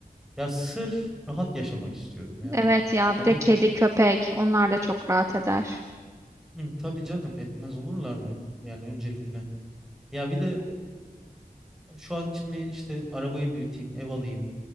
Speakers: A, in the centre; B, on the right.
A: Ya sırf rahat yaşamak istiyorum ya.
B: Evet ya bir
A: Ya
B: de
A: bunu
B: kedi, köpek onlar da çok rahat eder.
A: Hı, tabii canım etmez olurlar mı? Yani öncelikle. Ya bir de e, şu an için bir işte arabayı büyüteyim, ev alayım